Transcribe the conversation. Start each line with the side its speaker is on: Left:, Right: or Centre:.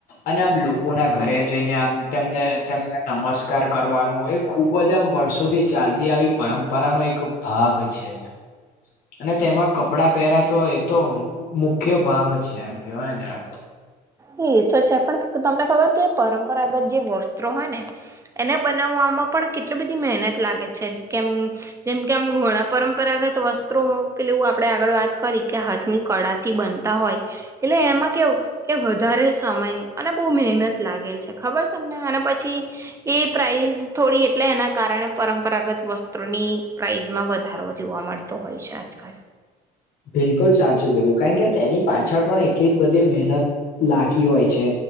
Left: અને આમ લોક કોના ઘરે જઈને આમ તેમને-તેમને નમસ્કાર કાર કરવાનું એ ખુબ જ આમ વર્ષોથી ચાલતી આવી પરંપરા નો એક ભાગ છે. એ. અને તેમાં કપડાં પહેરાતો હોય તો મુખ્ય ભાગ છે એમ. કહેવાય ને એમ.
Right: હા એ તો છે. પણ તમને ખબર કે પરંપરાગત જે વસ્ત્રો હોય ને એને બનાવવામાં પણ કેટલી બધી મહેનત લાગે છે. કેમ જેમ કે આમ ઘોણાં પરંપરાગત વસ્ત્રોવ પહેલું આપણે આગળ વાત કરી કે હાથ ની કળાથી બનતા હોય. એટલે એમાં કેવું એ વધારે સમય અને બહુ મહેનત લાગે છે. ખબર તમને? અને પછી એ પ્રાઇઝ થોડી એજ એટલે એના કારણે પરંપરાગત વસ્ત્રોની પ્રાઇઝમાં વધારો જોવા મળતો હોય છે આજકાલ.
Left: બિલકુલ સાચું કીધું. કારણ કે તેની પાછળ પણ એટલી જ બધી મહેનત લાગી હોય છે.